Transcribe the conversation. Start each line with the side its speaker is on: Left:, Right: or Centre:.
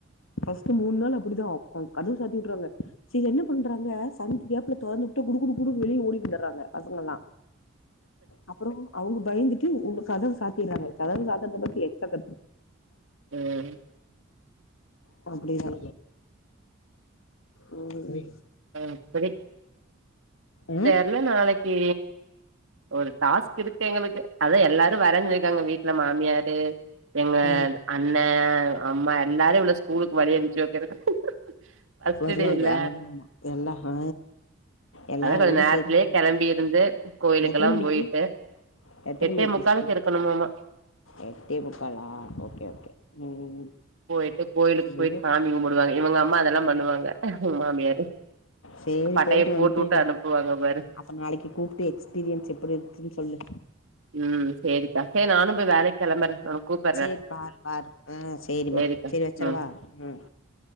Left: ஃபர்ஸ்ட் மூண் நாள் அப்படிதா கதவ சாத்தி விட்டுறாங்க சில என்ன பண்றாங்க சந்துகேப்ல தொறந்து விட்டு குடு குடு குடு வெளிய ஓடி வந்துறாங்க பசங்கள்ளா அப்பறோ அவுங்க பயந்துட்டு உங்க கதவு சாத்திறாங்க கதவு சாத்தறத பத்தி கேக்
Right: ம்.
Left: <unintelligible> அப்படிதா ம்
Right: அ அப்பவே
Left: ஆ
Right: தெர்ல நாளைக்கி ஒரு டாஸ்க் இருக்கு எங்களுக்கு அதா எல்லாரு வர்றன்னு சொல்லிருக்காங்க வீட்டுல மாமியாரு எங்க
Left: ஆ
Right: அண்ண, அம்மா எல்லாரு இவள ஸ்கூலுக்கு வழி அனுப்ச்சு வெக்கறது. ஃபஸ்ட்டு
Left: வருவாங்க
Right: டே இல்ல
Left: ஆமா எல்லா ஆ எல்லாரோட
Right: அதா கொஞ்சோ நேரத்துலே
Left: சேந்து போயிக்கலா
Right: கெளம்பி இருந்து கோயிலுக்கெல்லா
Left: எத்தன மணிக்கு
Right: போயிட்டு
Left: எத்தன
Right: எட்டே
Left: மணிக்கு
Right: முக்காலுக்கு
Left: ஸ்கூல்
Right: இருக்கணுமாம்மா.
Left: எட்டே முக்காலா. ஓகே ஓகே ம்
Right: போயிட்டு கோயிலுக்கு
Left: சேரி
Right: போயிட்டு சாமி கும்புடுவாங்க. இவங்க அம்மா அதெல்லா பண்ணுவாங்க. மாமியாரு
Left: சேரி
Right: பட்டைய
Left: போயிட்டு
Right: போட்டுட்டு
Left: வந்துட்டு
Right: அனுப்புவாங்க பாரு.
Left: அப்ப நாளைக்கு கூப்ட்டு எக்ஸ்பீரியன்ஸ் எப்படி இருந்துச்சுன்னு சொல்லு.
Right: ம் சேரிக்கா சே நானு போய் வேலைக்கு கெளம்பற நா உனக்கு கூப்
Left: சேரி பாரு, பாரு அ சேரிமா
Right: சேரிக்கா
Left: சேரி வெச்சரவா.
Right: ம்
Left: ம்.